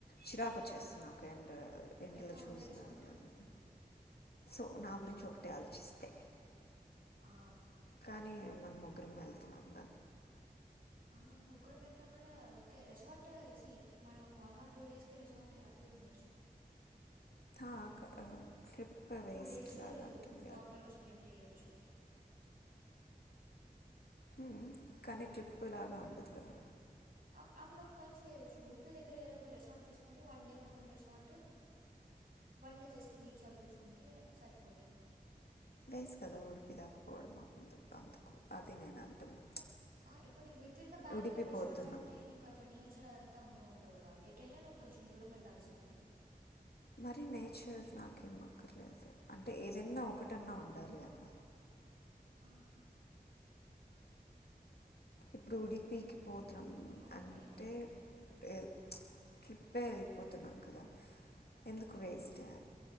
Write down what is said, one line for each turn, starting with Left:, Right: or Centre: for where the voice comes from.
Left: చిరాకు వచ్చేస్ నాకు అండ్ ఎందులో
Right: అయితే ఓన్లీ
Left: చూసినా
Right: రిసార్ట్
Left: గాని సో నా గురించి ఒకటే ఆలోచిస్తే
Right: ఆ,
Left: కానీ మనం ముగ్గురం వెళ్తున్నాము దా
Right: ఆ ముగ్గు ముగ్గురం వెళ్లిన కూడ ఓకే రెసార్ట్ సి మన ఒక వన్ ఆర్, టూ డేస్ కి రిసార్ట్ హ్యాపీగా ఉండొచ్చు. బ్లాంక్
Left: తా కదా ట్రిప్ వేస్ట్
Right: టూ డేస్
Left: లాగా ఉంటుంది కదా.
Right: ప్రాపర్గా స్పెండ్ చేయొచ్చు
Left: మ్ కానీ ట్రిప్పు లాగా ఉండదు కదా
Right: అప్ అప్పుడు ఒక పని చేయొచ్చు ఉడిపి దగ్గర ఏదో ఒక రెసార్ట్ తీసుకొని వన్ డే మొత్తం resort one day just beach అవి చూసుకుంటే సరిపోతుంది.
Left: వేస్ట్ కదా ఉడిపి దాకపోవడం ఎందుకు అందుకు అది నేను అంటుంది.
Right: ఆ ఇప్పుడు నీకు వితి in the Bengaluru
Left: Udupi
Right: resorts
Left: పోతున్నాం
Right: అంటే నీకు అట్ల నేచర్ అదంతా ఉన్నవు ఉండవు. ఎటైనా నువ్వు కొంచెం దూరం వెళ్లాల్సిందే.
Left: మరి నేచర్ నాకేం అక్కర్లేదు అంటే ఏదన్న ఒ కటన్నా ఉండాలిగా అన్న
Right: ఆహా
Left: ఇప్పుడు ఉడిపీకి పోతాం
Right: పాయింటే
Left: అంటే వేరు ప్చ్ ట్రిప్పే వెళ్ళిపోతున్నాం కదా ఎందుకు
Right: అవును
Left: వేస్ట్